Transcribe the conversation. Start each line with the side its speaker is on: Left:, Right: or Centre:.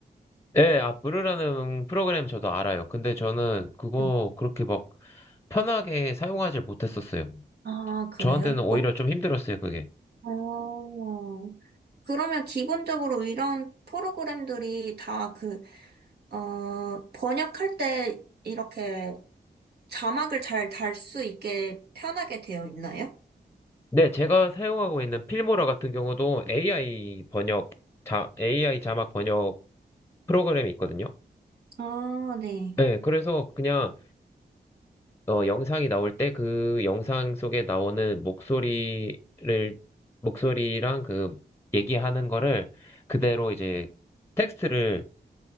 Left: 네, 아 브루라는 프로그램 저도 알아요. 근데 저는 그거
Right: 네.
Left: 그렇게 막 편하게 사용하지 못했었어요.
Right: 아, 그래요?
Left: 저한테는 오히려
Right: 어,
Left: 좀 힘들었어요, 그게.
Right: 어. 그러면 기본적으로 이런 프로그램들이 다 그, 어, 번역할 때 이렇게 자막을 잘 달 수 있게 편하게 되어 있나요?
Left: 네, 제가 사용하고 있는 필모라 같은 경우도 AI 번역, 자, AI 자막 번역 프로그램이 있거든요.
Right: 아, 네.
Left: 네, 그래서 그냥 어, 영상이 나올 때 그 영상 속에 나오는 목소리를, 목소리랑 그 얘기하는 거를 그대로 이제 텍스트를